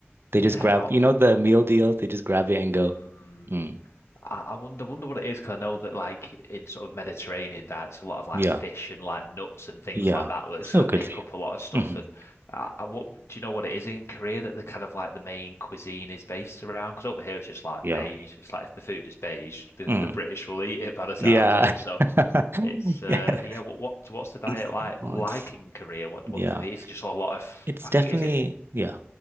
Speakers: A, on the right; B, on the left.
A: They
B: yeah,
A: just grab,
B: I'll,
A: you know, the meal deal, they just grab it and go.
B: mm.
A: Mm,
B: I, I wonder wonder what it is because I know that like in sort of Mediterranean diets, a lot of like
A: yeah,
B: fish and like nuts and things
A: yeah.
B: like that which
A: So
B: kind of
A: good
B: make
A: for
B: up a lot
A: you.
B: of stuff.
A: Mhm.
B: And uh, I, what do you know what it is in Korea that the kind of like the main cuisine is based around? Because over here it's just like
A: Yeah.
B: beige.
A: Like,
B: It's like if the food is beige, the,
A: Mm.
B: the British will eat it by the sounds
A: Yeah.
B: of it. So
A: <laughs>
B: it's uh
A: Yeah.
B: yeah. What what so what's the diet
A: It's,
B: like
A: Well,
B: like
A: it's
B: in Korea? What
A: yeah.
B: what do they? eat? It's just a lot of
A: It's
B: I
A: definitely
B: think is it?
A: yeah.